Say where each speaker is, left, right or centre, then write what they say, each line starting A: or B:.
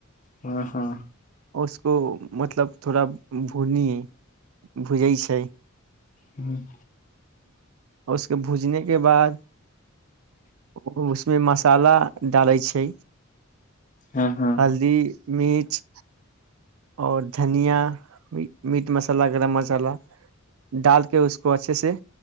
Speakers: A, on the left (about 40°); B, on the right (about 80°).
A: हँ हँ
B: उसको मतलब थोड़ा भुनी भुजै छै
A: हँ
B: उसके भुजनेके बाद ओ उसमे मसाला डालै छै
A: हँ हँ
B: हल्दी मिर्च और धनिया मीट मसाला गरम मसाला डालके उसको अच्छे से